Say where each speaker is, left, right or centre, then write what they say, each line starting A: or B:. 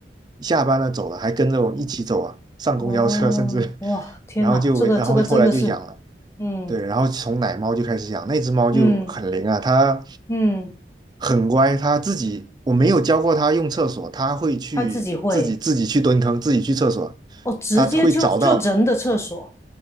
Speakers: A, on the right; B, on the left.
A: 下班了走了，还跟着我一起走啊，上公交车甚至，
B: 哦，哇，天哪，
A: 然后就然后后来就养了，
B: 这个这个真的是，嗯
A: 对，然后从奶猫就开始养，那只猫就很灵啊，
B: 嗯
A: 它
B: 嗯，
A: 很乖，它自己我没有教过它用厕所，它会去自己自己去蹲坑，
B: 他自己会，
A: 自己去厕所，
B: 哦，直接就就人的厕所，
A: 它会找到。